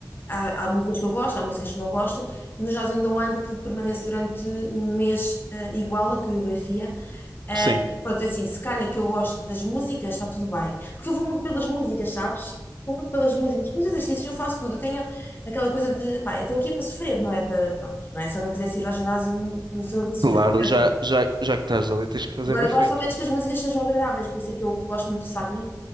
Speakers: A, on the left; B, on the right.
A: Há, há músicas que eu gosto, há músicas que não gosto. No Jazz and the Wind, aquilo permanece durante um mês eh, igual, a coreografia. Eh,
B: Sim.
A: pronto, é assim, se calhar que eu gosto das músicas, está tudo bem. Porque eu vou muito pelas músicas, sabes? como pelas músicas, pelos exercícios eu faço tudo. Eu tenho aquela coisa de, pá, eu estou aqui para sofrer, não é para, pronto, não é? Se eu não quisesse ir ao ginásio, não, se eu não quisesse
B: Claro,
A: sofrer, eu
B: já,
A: não.
B: já, já que estás ali, tens que fazer
A: Agora,
B: bem
A: eu gosto
B: feito.
A: ao menos que as músicas sejam agradáveis, por isso é que eu gosto muito do cycling.